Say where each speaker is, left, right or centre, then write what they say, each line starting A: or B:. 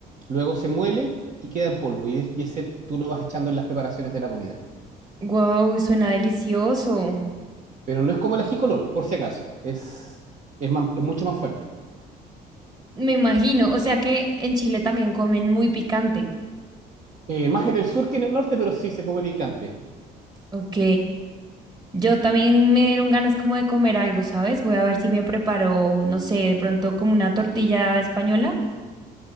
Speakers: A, on the right; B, on the right.
A: luego se muele y queda en polvo. Y, y ese tú lo vas echando en las preparaciones de la comida.
B: Wow, suena delicioso.
A: Pero no es como el ají color, por si acaso. Es, es, man- es mucho más fuerte.
B: Me imagino. O sea que en Chile también comen muy picante.
A: Eh, más en el sur que en el norte, pero sí se come picante.
B: Ok. Yo también me dieron ganas como de comer algo, ¿sabes? Voy a ver si me preparo, no sé, de pronto como una tortilla española.